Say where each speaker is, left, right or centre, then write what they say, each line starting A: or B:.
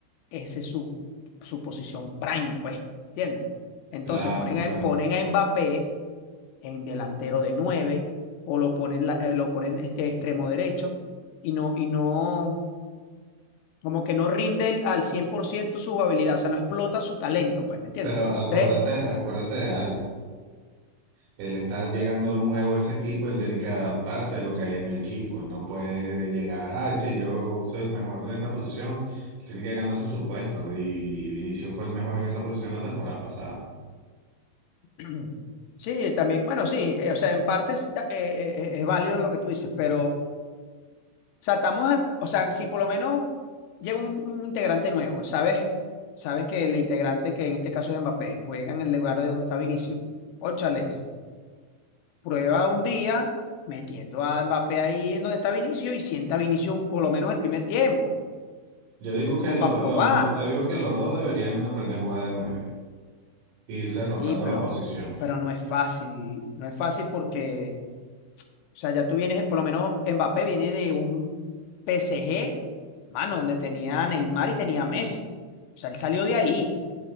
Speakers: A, on the left (about 75°); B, on the right (about 75°).
A: esa es su, su posición prime, pues, ¿entiendes? Entonces
B: Claro,
A: ponen
B: claro.
A: a, ponen a Mbappé en delantero de 9 o lo ponen, la- eh, lo ponen este extremo derecho y no, y no, como que no rinde el- al 100% su habilidad, o sea, no explota su talento, pues, ¿me entiendes?
B: Pero acuérdate,
A: Entonces,
B: acuérdate de algo. Él está llegando nuevo a ese equipo, él tiene que adaptarse a lo que hay en el equipo. Él no puede llegar, ay, sí, yo soy el mejor en esta posición. Él Tiene que ganarse su puesto. Y Vinicius fue el mejor en esa posición la temporada pasada.
A: <clears throat> sí, también, bueno, sí, eh, o sea, en parte está- eh, eh, eh, es válido lo que tú dices, pero O sea, estamos, a- o sea, si por lo menos llega un, un integrante nuevo y sabes, sabes que el integrante, que en este caso es Mbappé, juega en el lugar de donde está Vinicius, óchale, prueba un día metiendo a Mbappé ahí en donde está Vinicius y sienta a Vinicius un- por lo menos el primer tiempo,
B: Yo digo que
A: como
B: lo-
A: para probar.
B: los dos, yo digo que los dos deberían aprender a jugar de nueve y irse rotando
A: Sí, pero,
B: la posición.
A: pero no es fácil, no es fácil porque, o sea, ya tú vienes, por lo menos Mbappé viene de un PSG, mano, donde tenía a Neymar y tenía a Messi. O sea, él salió de ahí.